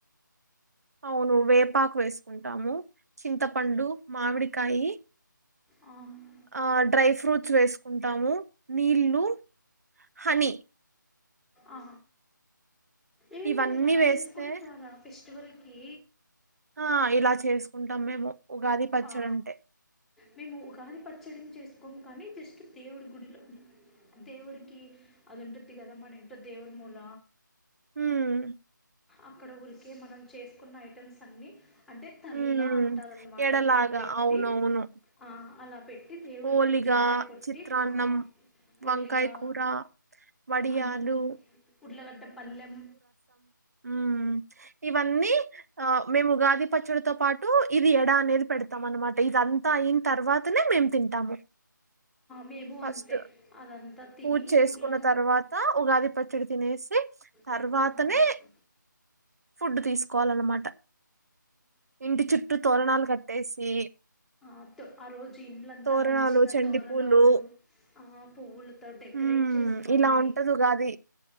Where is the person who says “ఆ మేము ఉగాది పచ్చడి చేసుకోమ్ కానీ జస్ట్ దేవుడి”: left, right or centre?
Centre